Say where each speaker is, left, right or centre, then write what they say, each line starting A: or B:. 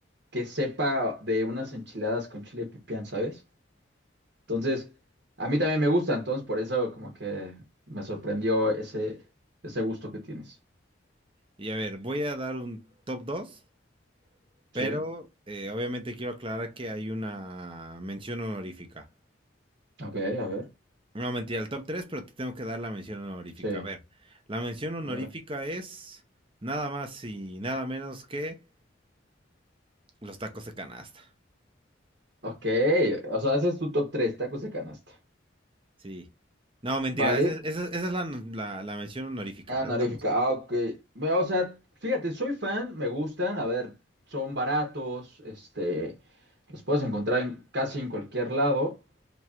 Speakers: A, on the right (about 60°); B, on the right (about 25°).
A: que sepa de unas enchiladas con chile pipián, ¿sabes? Entonces, a mí también me gusta, entonces por eso como que me sorprendió ese, ese gusto que tienes.
B: Y a ver, voy a dar un top 2, pero
A: Sí,
B: eh, obviamente quiero aclarar que hay una mención honorífica.
A: ok, a ver.
B: No, mentira, el top 3, pero te tengo que dar la mención honorífica.
A: Sí,
B: A ver, la mención honorífica
A: a ver.
B: es nada más y nada menos que los tacos de canasta.
A: Ok, o sea, ese es tu top 3, tacos de canasta.
B: Sí. No, mentira,
A: ¿Vale?
B: esa, es esa es- esa es la, la- la mención honorífica.
A: Anaréfica,
B: esa es la mención.
A: ah, ok. Mira, O sea, fíjate, soy fan, me gustan, a ver, son baratos, este, los puedes encontrar en, casi en cualquier lado.